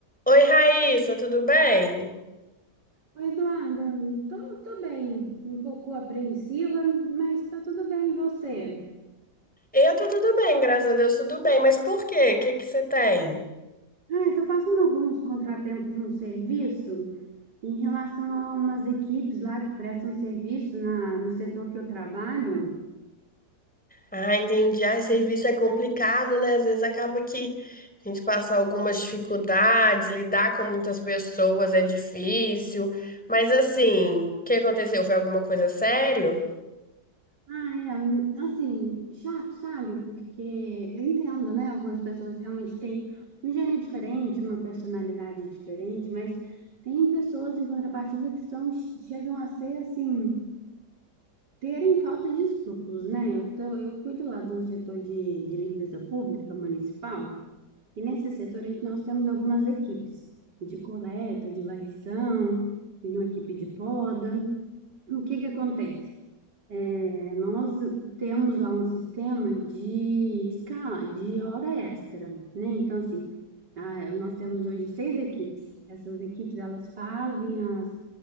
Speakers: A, in the centre; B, on the right.
A: Oi, Raíssa, tudo bem?
B: Oi, Eduarda, tô, tô bem, um pouco apreensiva, mas tá tudo bem, e você?
A: Eu tô tudo bem, graças a Deus, tudo bem. Mas por quê? O que que você tem?
B: Ai, tô passando alguns contratempos no serviço em relação a umas equipes lá que prestam serviço na, no setor que eu trabalho.
A: Ah, entendi. Ah, serviço é complicado, né? Às vezes acaba que a gente passa algumas dificuldades, lidar com muitas pessoas é difícil. Mas assim, o que aconteceu? Foi alguma coisa sério?
B: Ah, é, hum, assim, chato, sabe? Porque eu entendo, né? Algumas pessoas realmente têm um gênio diferente, uma personalidade diferente, mas tem pessoas em contrapartida que são, chegam a ser assim. terem falta de escrúpulos, né? Eu, tô- eu cuido lá de um setor de, de limpeza pública municipal, e nesse setor aí nós temos algumas equipes de coleta, de varrição, e uma equipe de poda. O que que acontece? É, nós temos lá um sistema de escala, de hora extra, né? Então, assim, ah, nós temos hoje seis equipes. Essas equipes, elas fazem as,